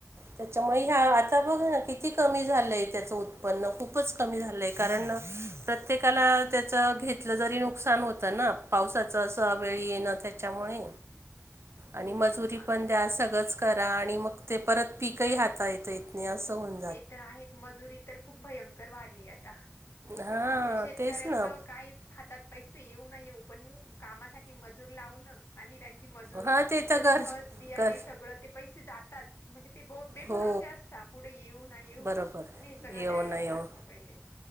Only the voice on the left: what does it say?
हो
अ,
ते तर आहेच मजुरी तर खूप भयंकर वाढली आता.
म्हणजे शेतकऱ्याच
काही. हातात पैसे येऊ न येऊ पण कामासाठी मजूर लावनं आणि त्यांची मजुरी
प्रत
खत बियाणे,
सगळं ते पैसे जातात. म्हणजे ते बो बे
भरोसे असतात पुढे येऊ नाही येऊ
पण हे सगळं
द्यायलाच
लागतं पहिले.